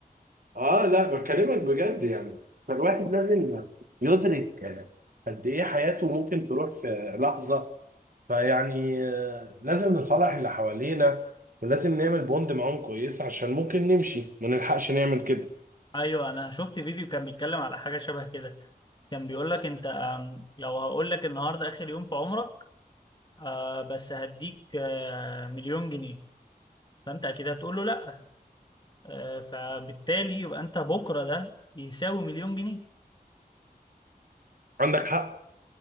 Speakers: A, on the right; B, on the left.
A: اه لا بكلمك بجد يعني فالواحد لازم يدرك آه، قد ايه حياته ممكن تروح في لحظه فيعني آه، لازم نصالح اللي حوالينا ولازم نعمل بوند معاهم كويس عشان ممكن نمشي ما نلحقش نعمل كده
B: ايوه انا شفت فيديو كان بيتكلم على حاجه شبه كده كان بيقول لك انت آم، لو هقول لك النهارده اخر يوم في عمرك آه بس هديك آه مليون جنيه فانت اكيد هتقول له لا آه فبالتالي يبقى انت بكره ده يساوي مليون جنيه
A: عندك حق